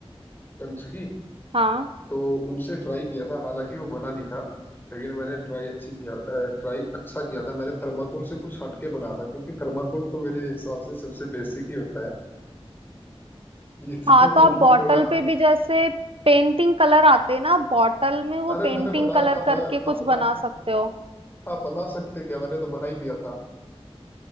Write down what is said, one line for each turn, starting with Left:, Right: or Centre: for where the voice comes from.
Left: कंच की
Right: हाँ
Left: तो उनसे ट्राई किया था हालांकि वो बना नहीं था लेकिन मैंने ट्राई अच्छी किया ट्राई अच्छा किया था मैंने थर्माकोल से कुछ हटके बना था क्योंकि थर्माकोल तो मेरे हिसाब से सबसे बेसिक ही होता है ये तो
Right: हाँ
Left: <laughs>
Right: तो आप
Left: मतलब
Right: बॉटल
Left: थोड़ा
Right: पे भी जैसे पेंटिंग कलर आते हैं ना बॉटल में वो
Left: अरे
Right: पेंटिंग
Left: मैंने बनाया
Right: कलर
Left: था
Right: करके
Left: मैं
Right: कुछ
Left: अपना
Right: बना सकते हो
Left: हाँ बना सकते क्या मैंने तो बना ही दिया था